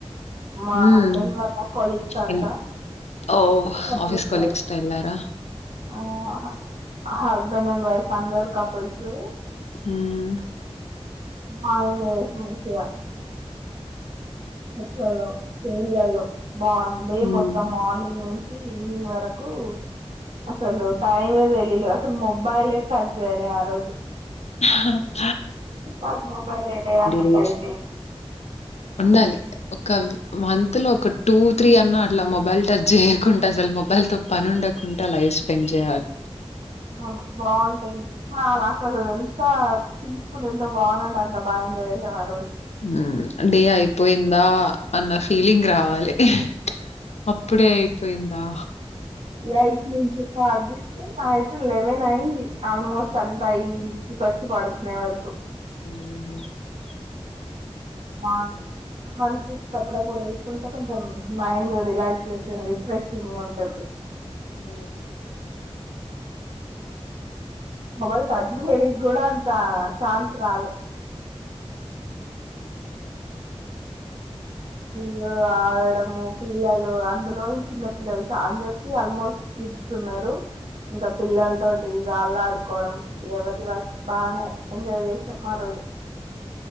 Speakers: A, on the right (about 70°); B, on the left (about 85°).
A: <inaudible> మా
B: హ్మ్.
A: హస్బెండ్ వల్ళ కొలిగ్స్ అంతా
B: ఎన్ ఓహ్!
A: ఒక పుల్స్
B: ఆఫీస్ కొలీగ్స్‌తో ఎళ్లారా?
A: ఆ అహ్.. హాజ్ హస్బెండ్ అండ్ వైఫ్ అందరు కపుల్సు
B: ఉమ్
A: మయిన్ ఎసి మంచిగా మెట్లల్లో ఛైరళ్లలో బావుంది
B: హ్మ్.
A: మొత్తం మార్నింగ్ నుంచి ఈవినింగ్ వరకు అస్సలు టైమే తెలీయలే అస్సలు ముబ్బాయిలే టచ్ జెయాలి ఆ రోజు
B: అహ్ హా
A: చెప్పక్ నువ్ మొబైల్ ఎటైన్ల్ ఏయ్
B: డేస్
A: అయితే
B: ఉండాలి ఒక మంత్లో ఒక టూ త్రీ అన్న అట్లా మొబైల్ టచ్ చేయకుంట అసలు మొబైల్తో పని ఉండకుంట లైఫ్ స్పెండ్ చేయాలి
A: అవును బావుంటది చాలా అసలు ఎంత్ ఎంత పీస్ఫుల్ ఎంతో బాగాంటె అంత బాగా ఎంజాయ్ చేసాం ఆ రోజు
B: ఉమ్ డే అయిపోయిందా అన్న ఫీలింగ్ రావా వాలి.. హ్ ప్చ్ అప్పుడేఅయిపోయిందా
A: ఎయిట్ నుంచి స్టార్ట్ చేస్తే నైట్ లేవేనైంది ఆల్మోస్ట్ అంతా ఇంటికొచ్చి పడుకునే వరకు
B: <inaudible>
A: బావుంది హెల్---అప్పుడప్పుడు వేసుకుంటే కొంచెం మైండ్ రిలాక్సేషన్ రిఫ్రెషింగుంటుంది
B: <inaudible>
A: ఎవల్ టచ్ జేయానికి కూడా అంతా ఛాన్స్ రాలే వీళ్ళు ఆడడం పిల్లలు అందులో చిన్న పిల్లలు తో అందరికి ఆల్మోస్ట్ కిడ్స్ ఉన్నారు ఇంకా పిల్లల తోటి వాళ్ళడుకోవడం ఎవర్ కి వారే బానే ఎంజాయ్ జెసనమ్ ఆ రోజు